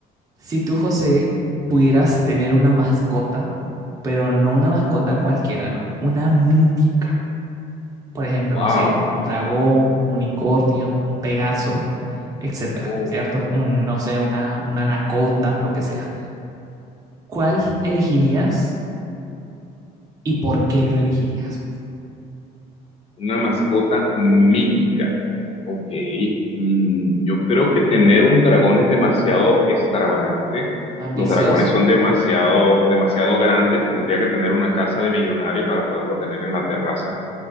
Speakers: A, on the right; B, on the left.
A: Si tú, José, pudieras tener una mascota, pero no una mascota cualquiera, no, una mítica, por ejemplo,
B: Wow.
A: no sé, un dragón, un unicornio, un pegaso etcétera,
B: Oh,
A: ¿cierto? Un, no sé, una, una anaconda, lo que sea. ¿Cuál elegirías y por qué lo elegirías?
B: una mascota mítica. Ok. Mm, yo creo que tener un dragón es demasiado extravagante.
A: Ambicioso.
B: Los dragones son demasiado,
A: ¿sí?
B: demasiado grandes. Tendría que tener una casa de millonario para poderlo tener en la terraza.